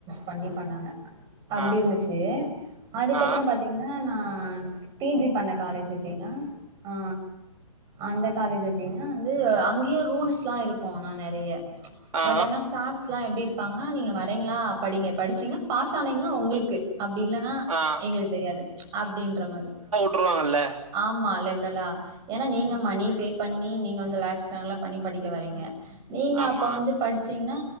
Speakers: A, on the right; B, on the right.
A: பண்ணி பண்ணாங்க அப்டி
B: ஆ
A: இருந்துச்சு அதுக்கப்புற
B: ஆ
A: பாத்தீங்கன்னா நா பி ஜி பண்ண காலேஜ் எப்டின்னா ஆ அந்த காலேஜ் எப்டின்னா வந்து அங்கேயு ரூல்ஸ் எல்லா இருக்கு ஆனா நெறைய
B: ஆ
A: பட் ஆனா ஸ்டாஸ்லா எப்டி இருப்பாங்கன்னா நீங்க வரீங்களா படிங்க படிச்சீங்கா பாஸ் ஆனீங்கன்னா உங்களுக்கு அப்டி இல்லன்னா
B: ஆ
A: எங்களுக்கு தெரியாது அப்டின்ற மாரி
B: ட்ருவாங்கல்ல
A: ஆமா லிபரலா ஏன்னா நீங்க மணி பே பண்ணி நீங்க வந்து லேக்ஸ் கணக்குல பண்ணி படிக்க வரீங்க நீங்க
B: ஆமா
A: அப்ப வந்து படிச்சீங்கன்னா